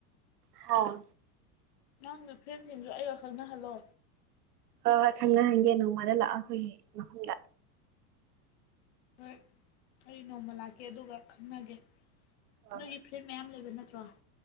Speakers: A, on the right; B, on the left.
A: ꯍꯥꯥ
B: ꯅꯪꯒꯤ ꯐ꯭ꯔꯦꯟꯁꯤꯡꯁꯨ ꯑꯩꯒ ꯈꯪ ꯅꯍꯜꯂꯣ
A: ꯍꯣꯏ ꯍꯣꯏ ꯈꯪꯅ ꯍꯪꯒꯦ ꯅꯣꯡꯃꯗ ꯂꯥꯛꯑꯣ ꯑꯩꯈꯣꯏꯒꯤ ꯃꯐꯝꯗ
B: ꯍꯣꯏ ꯑꯩ ꯅꯣꯡꯃ ꯂꯥꯛꯀꯦ ꯑꯗꯨꯒ ꯈꯪꯅꯒꯦ
A: ꯍꯣꯏ
B: ꯅꯣꯏꯒꯤ
A: ꯍꯣꯏ
B: ꯐ꯭ꯔꯦꯟ ꯃꯌꯥꯝ ꯂꯩꯕ ꯅꯠꯇ꯭ꯔꯣ